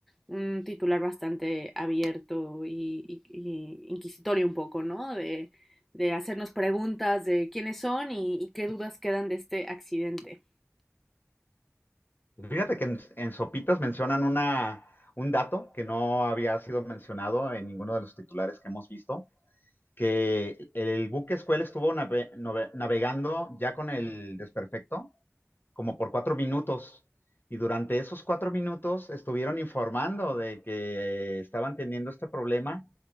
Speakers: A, in the centre; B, on the left.
A: Un titular bastante abierto y, y, y inquisitorio un poco, ¿no? De de hacernos preguntas de quiénes son y, y qué dudas quedan de este accidente.
B: Fíjate que en, en Sopitas mencionan una, un dato que no había sido mencionado en ninguno de los titulares que hemos visto, que el buque escuela estuvo nave- nove- navegando ya con el desperfecto como por cuatro minutos. Y durante esos cuatro minutos estuvieron informando de que estaban teniendo este problema,